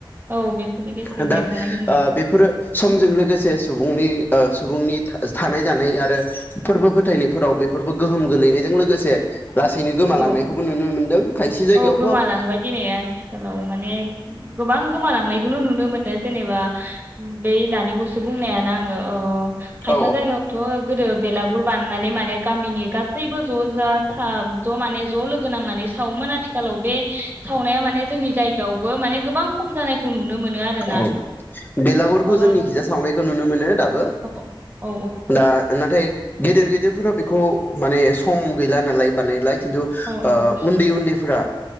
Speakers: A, on the right; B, on the left.
A: औ बेफोरनि गेजेरजों
B: दा
A: बेरखांनायखौ
B: ओ
A: नुन
B: बेफोरो समजों लोगोसे सुबुंनि ओ सुबुंनि था थानाय जानाय आरो फोरबो फोथायनायफोराव बे फोरबो गोहोम गोलैनायजों लोगोसे लासैनो गोमालांनायखौबो
A: औ
B: नुनो मोनदों खायसे जायगायावथ'
A: औ गोमालांबाय दिनै आथिखालाव माने गोबां गोमालांनायखौनो नुनो मोनो जेनेबा बै दानिबसो बुंनायानो आङो ओ खायफा
B: औ
A: जायगाथ' गोदो बेलागुर बाननानै माने गामिनि गासैबो ज जा था ज माने ज लोगो नांनानै सावोमोन आथिखालाव बे सावनाया माने जोंनि जायगायावबो माने गोबां खम जानायखौ नुनो मोनो आरोना
B: औ बेलागुरखौ
A: अ
B: जोंनि खिजा सावनायखौ नुनो मोनो दा बो
A: औ औ
B: दा नाथाय गेदेर गेदेरफोरा बेखौ माने सम गैला नालाय बानायलाय खिन्थु
A: औ औ
B: उन्दै ओ उन्दैफोरा